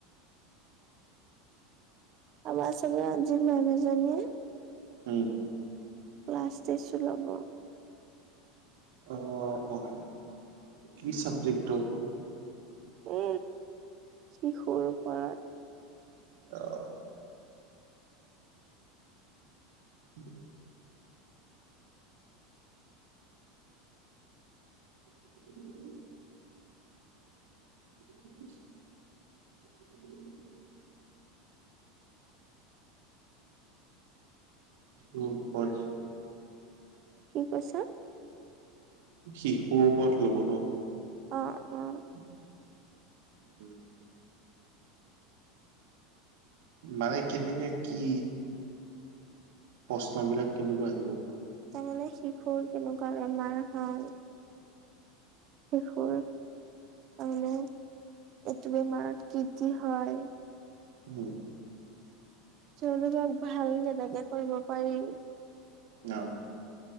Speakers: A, on the right (about 40°); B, on the right (about 75°).
A: আ আ চল আজি ম আমেজন ই
B: উম,
A: ক্লাছ টেছো ল'ব
B: অ', অ' কি চাব্জেক্ট হ
A: উ কি সৰু পৰা
B: আহ উ, <inaudible> <unintelligible> উ <unintelligible>
A: কি কৈছা?
B: শিশুৰ ওপৰত ল'বনো?
A: অ ', অ',
B: উম মানে কেনকে কি? প্ৰশ্ন বিলাক কেনেকুৱা আহিব?
A: তাৰমানে শিশুৰ কেনেকুৱা বেমাৰ হয় শিশুৰ তাৰ মে একটু বেমাৰাত কি হয়
B: হম,
A: তেওঁলোনোবাক ভাল যেনেকে কৰিব পাৰি
B: অ',